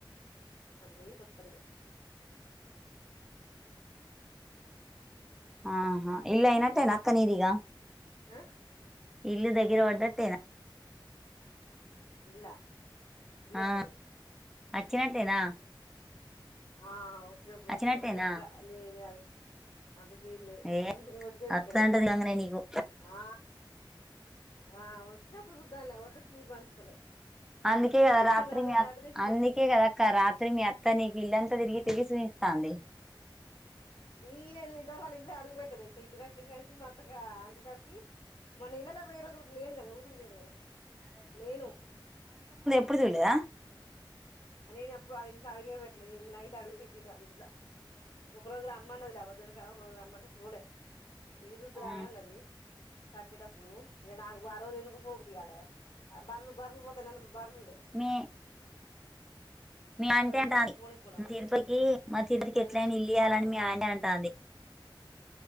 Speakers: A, on the left; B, in the centre.
A: గటు పోయి ఇటు
B: ఆహా ఇల్లు అయినట్టేనా
A: <unintelligible>
B: అక్క నీదిగా
A: హా
B: ఇల్లు దగ్గర పడ్డట్టేనా
A: ఇల్లా ఇళ్ళెక్కడిది
B: ఆ అచ్చినట్టేనా
A: ఆ వచ్చినప్పుడు
B: అచ్చినట్టేనా
A: వచ్చినట్టు లెక్క లేదే అది అంత సీన్ లేదు
B: ఏ
A: వచ్చేది
B: అత్తదంటది
A: ఎక్కడ అసలు
B: గంగనే నీకు
A: ఆ ఆ వచ్చినప్పుడు చూద్దాంలే వత్తే సీట్ పంచుతలే
B: అందుకే
A: వత్తే
B: కదా రాత్రి
A: లడ్డు
B: మీ అక్
A: లడ్డు తెచ్చి
B: అందుకే కదక్క రాత్రి మీ అత్త నీకి ఇల్లంత తిరిగి తిరిగి సూయిస్త ఉంది
A: ఏ నేనిల్లిమ్తవరకు ఆలింట్ల అడుగు పెట్టల తెలుసా ఇల్లు కట్నికానించి మాత్త గాంటి కాడికి మొన్న ఇళ్ళల్లకి పోయే రోజు కూడ లేను కదా ఊరికి పోయిన కదా లేను
B: ప్పుడు చూడ్లేద
A: ఉ నేను ఎప్పుడు ఆలింట్ల అడిగే పెట్టలేదు నిన నైట్ అడుగు పెట్టింది ఆలింట్ల ఒక రోజు రమ్మనదిలే అ వదిన కా పోదురమ్మంటే పోలే. ఇల్లు చూద్రావే
B: ఆ
A: అన్నది కట్టెటప్పుడు ఇంగ నాకు బా రోజు ఎందుకో పోబుద్దిగాలే బర్లు బర్లు పోతే నన్ బర్లుండే
B: మీ మీ ఆంటి అంటాంది
A: పోయినంక పోనే పోలే వాళ్ళింటికి
B: తిరుపకి మా తిరుపకి
A: మ్మ్
B: ఎట్లైనా ఇల్లు ఇయ్యాలని మీ ఆంటి అంటాంది